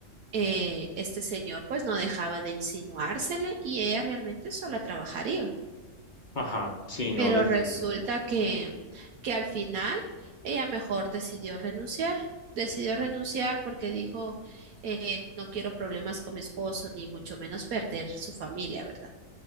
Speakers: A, on the right; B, on the left.
A: eh, este señor pues no dejaba de insinuársele y ella realmente sola trabajaría.
B: Ajá, sí, no,
A: Pero
B: definitivamente.
A: resulta que, que al final ella mejor decidió renunciar. Decidió renunciar porque dijo, eh, no quiero problemas con mi esposo, ni mucho menos perder su familia, ¿verdad?